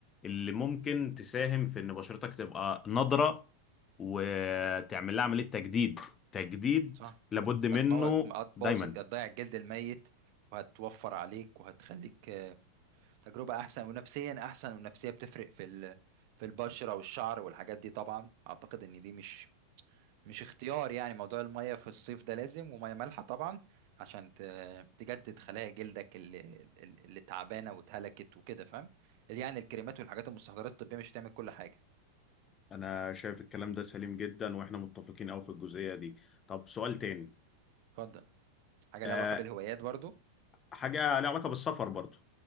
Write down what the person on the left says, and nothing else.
اللي ممكن تساهم في ان بشرتك تبقى نضرة وتعمل لها عملية تجديد تجديد
لابد منه
دايما
انا شايف الكلام ده سليم جدا واحنا متفقين قوي في الجزئية دي طب سؤال تاني
أه
حاجة لها علاقة بالسفر برضو